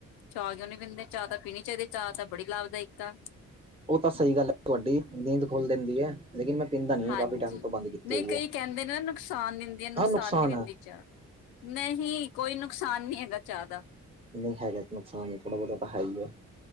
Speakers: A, on the left; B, on the right.
A: ਚਾਹ ਕਿਉਂ ਨੀਂ ਪੀਂਦੇ, ਚਾਹ ਤੇ ਪੀਣੀ ਚਾਹੀਦੀ ਐ ਚਾਹ ਤੇ ਬੜੀ ਲਾਭਦਾਇਕ ਆ।
B: ਉਹ ਤਾ ਸਹੀ ਗੱਲ ਐ ਤੁਹਾਡੀ ਨੀਂਦ ਖੋਲ ਦਿੰਦੀ ਐ, ਲੇਕਿਨ ਮੈਂ ਪੀਂਦਾ ਨਹੀਂ
A: ਹਾਂਜੀ,
B: ਕਾਫੀ ਟਾਈਮ ਤੋਂ ਬੰਦ ਕੀਤੀ
A: ਨਈਂ
B: ਹੋਈ
A: ਕਈ
B: ਹੈ
A: ਕਹਿੰਦੇ ਨੇ ਨਾ ਨੁਕਸਾਨ ਦਿੰਦੀ ਐ ਨੁਕਸਾਨ
B: ਹਾਂ
A: ਨੀਂ ਦਿੰਦੀ
B: ਹੈ
A: ਚਾਹ। ਨਹੀਂ ਕੋਈ ਨੁਕਸਾਨ ਨੀਂ ਹੈਗਾ ਚਾਹ ਦਾ।
B: ਨਹੀ ਹੈਗਾ ਤੇ ਨੁਕਸਾਨ ਥੋੜ੍ਹਾ- ਬਹੁਤਾ ਤਾ ਹੈਈ ਐ।